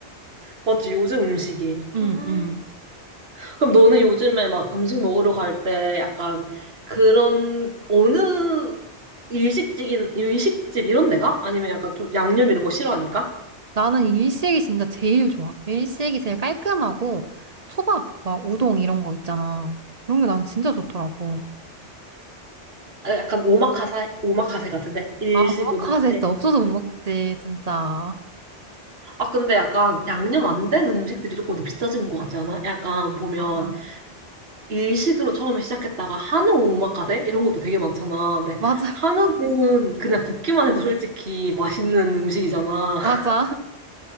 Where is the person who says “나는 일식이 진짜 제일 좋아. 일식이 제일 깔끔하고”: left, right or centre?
Right